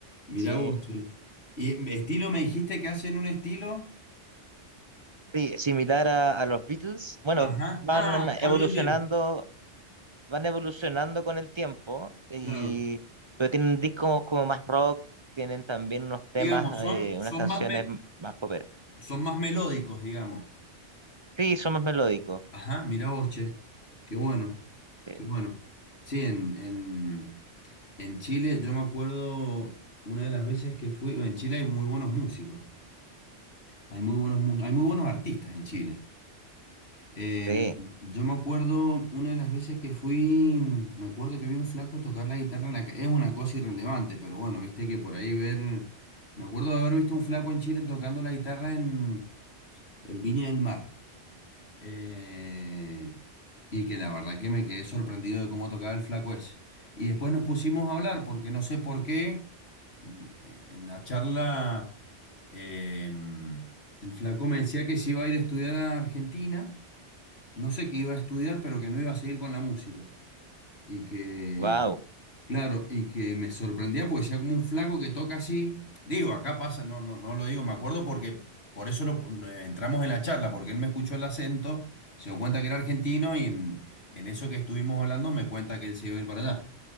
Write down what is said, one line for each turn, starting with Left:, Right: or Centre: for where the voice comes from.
Left: Mirá
Right: Sí,
Left: vos, che. Y mm, estilo, me dijiste que hacen un estilo.
Right: sí, similar a, a los Beatles. Bueno,
Left: Ajá.
Right: van
Left: Ah, ah,
Right: evolucionando,
Left: bien, bien.
Right: van evolucionando con el tiempo, y,
Left: Claro.
Right: pero tienen discos como más rock, tienen también unos temas,
Left: Digamos, son,
Right: eh,
Left: son
Right: unas canciones
Left: más me-
Right: m- más poperas.
Left: son más melódicos, digamos.
Right: Sí, son más melódicos.
Left: Ajá, mirá vos, che. Qué bueno,
Right: sí.
Left: qué bueno. Sí, en, en, En Chile, yo me acuerdo una de las veces que fui, en Chile hay muy buenos músicos, hay muy buenos, mu- hay muy buenos artistas en Chile. Em,
Right: Sí,
Left: yo me acuerdo una de las veces que fui, me acuerdo que vi un flaco tocar la guitarra en la calle, es una cosa irrelevante, pero bueno, viste que por ahí ver, me acuerdo de haber visto un flaco en Chile tocando la guitarra en, en Viña del Mar. Eh, y que la verdad que me quedé sorprendido de cómo tocaba el flaco ese. Y después nos pusimos a hablar porque no sé por qué mm, eh, en la charla eh, mm, el flaco me decía que se iba a ir a estudiar a Argentina, no sé qué iba a estudiar, pero que no iba a seguir con la música. Y que
Right: wow,
Left: Claro, y que me sorprendía porque decía como un flaco que toca así. Digo, acá pasa, no, no, no lo digo, me acuerdo porque por eso lo, eh, entramos en la charla, porque él me escuchó el acento, se dio cuenta que era argentino y en, en eso que estuvimos hablando me cuenta que él se iba a ir para allá.